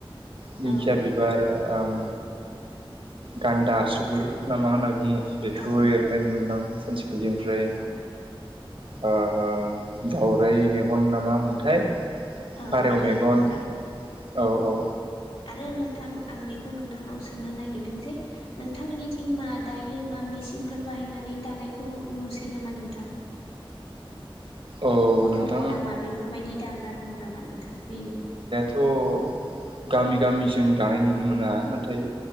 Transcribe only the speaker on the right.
दिंखिया
बिबार आम गान्दा आसुगुर ना मा होनना बुंङो बेखौबो
एरनाय नुनो मोनदोंमोन आं सानसेखालि ओमफ्राय
आ आ दाउराइ मेगन नामा मोनथाय
फारौ
मेगन
औ औ
औ नोंथां
अ गामि गामि जों दानाय नुनो मोना नाथाय